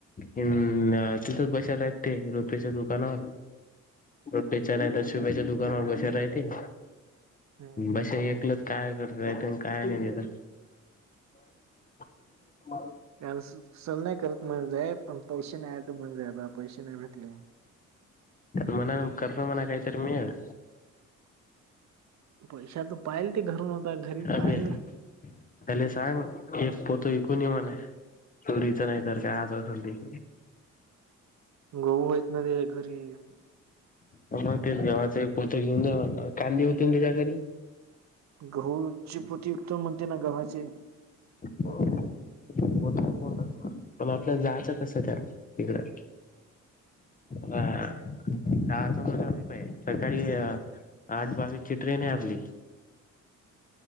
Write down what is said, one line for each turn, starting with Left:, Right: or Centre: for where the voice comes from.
Left: हं. हा तिथंच बसेल आहेत ते. रुपेच्या दुकानावर. रुपें च्या नाहीत शुभ्या च्या दुकानावर बसेल आहे ते.
Right: हम्म हम्म
Left: बसेल एकलच काय कर काय नाही तिथं. कि ह
Right: यावेळस सण नाही करत म जाय पण पैसे नाही आहे तर म्हणजे आता पैसे नाही भेटले.
Left: मना <unintelligible> काहीतरी मीळेल.
Right: पैशाच पाहिल ति घरून आता घरी
Left: अबे
Right: पाहिल ना?
Left: त्याले सांग. एक पोत इकून ये म्हणा. चोरीच नाही तर काय? आज असल ते.
Right: गहू हायेत ना रे घरी.
Left: मग तेच गव्हाच एक पोत घेऊन जा म्हटलं. कांदे होते ना त्याच्या घरी?
Right: गहूची पोती विकतो म्हणते ना गव्हाचे?
Left: हो बठ कोत मग आपल्याला जायचं कसं त्या तिडं? हा. <unintelligible> सकाळी आठ बावीस ची ट्रेन आहे आपली.